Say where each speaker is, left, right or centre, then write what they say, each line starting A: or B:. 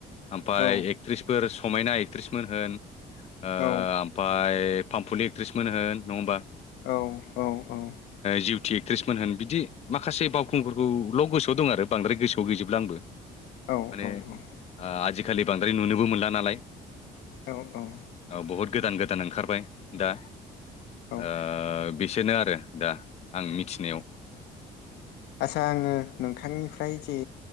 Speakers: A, on the left; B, on the left.
A: ओमफ्राय
B: औ
A: एक्ट्रिस फोर समायना एक्ट्रिसमोन होन ओ
B: औ
A: ओमफ्राय फामफुलि एक्ट्रिसमोन होन नङा होनबा
B: औ औ औ
A: जिउथि एक्ट्रिसमोन होन बिदि माखासे बावखुंगुरफोरखौल' गोसोयाव दं आरो बांद्राय गोसोयाव गैजोबला आंबो
B: औ
A: माने
B: औ औ
A: आजिखालि बांद्राय नुनोबो मोनला नालाय
B: औ औ औ
A: औ बहुद गोदान गोदान ओंखारबाय दा
B: औ
A: ओ बेसोरनो आरो दा आं मिथिनायाव
B: आचसा आङो नोंथांनिफ्राय जे